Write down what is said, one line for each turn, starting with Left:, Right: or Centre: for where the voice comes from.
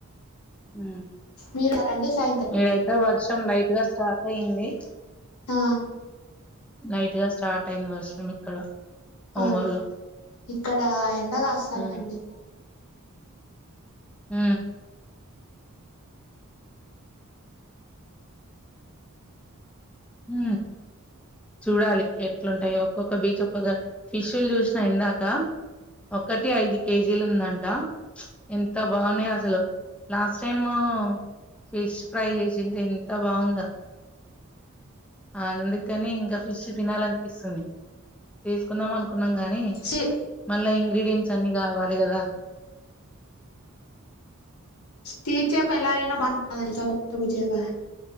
Centre: ఉ
Left: మీర రండి సాయంత్
Centre: ఐతే వర్షం లైట్ గా స్టార్ట్ అయ్యింది
Left: ఆ
Centre: లైట్ గా స్టార్ట్ అయింది వర్షం ఇక్కడ
Left: ఆ
Centre: ఒంగోలులో
Left: ఇక్కడ ఎండ కాస్తందండి
Centre: హ్మ్ ఉ ఉ చూడాలి ఎట్లుంటాయో ఒక్కొక్క బీచ్ ఒక్కొక్క ఫిష్లు చూసినా ఇందాక ఒకటి ఐదు కేజీలు ఉందంట ఎంత బాగున్నాయో అసలు లాస్ట్ టైము ఫిష్ ఫ్రై చేసింటే ఎంత బాగుందో అందుకని ఇంకా ఫిష్ తినాలనిపిస్తుంది తీసుకుందాం అనుకున్నాం గాని
Left: సి
Centre: మళ్ళా ఇంగ్రిడియంట్స్ అన్ని కావాలి కదా
Left: టీ చేప ఎలా అయినా బాగుంటదండి <unintelligible> చేప